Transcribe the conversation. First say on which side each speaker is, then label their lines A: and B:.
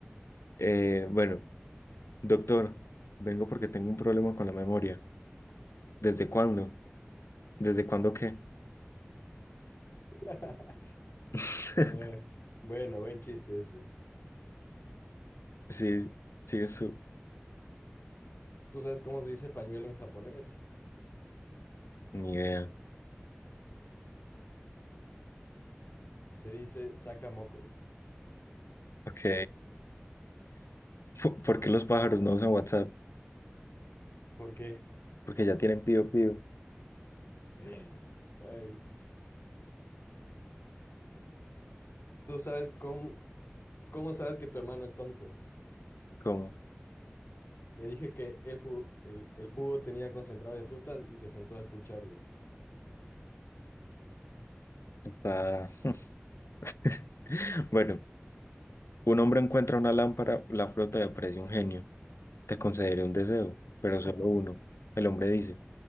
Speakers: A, on the left (about 80°); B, on the left (about 65°).
A: Eh, bueno, doctor, vengo porque tengo un problema con la memoria. ¿Desde cuándo? ¿Desde cuándo qué?
B: <laughs>
A: <laughs>
B: Eh, bueno, buen chiste ese.
A: Sí, sigue su
B: ¿Tú sabes cómo se dice pañuelo en japonés?
A: Ni idea.
B: Se dice sakamoko.
A: Ok. Fu- ¿Por qué los pájaros no usan WhatsApp?
B: ¿Por qué?
A: Porque ya tienen pío pío.
B: <laughs> Ay. ¿Tú sabes cómo, cómo sabes que tu hermano es tonto?
A: ¿Cómo?
B: Le dije que el, ju- el, el jugo tenía concentrado de frutas y se sentó a escucharlo.
A: Está- <laughs> Bueno, un hombre encuentra una lámpara, la flota y aparece un genio. Te concederé un deseo, pero solo uno. El hombre dice,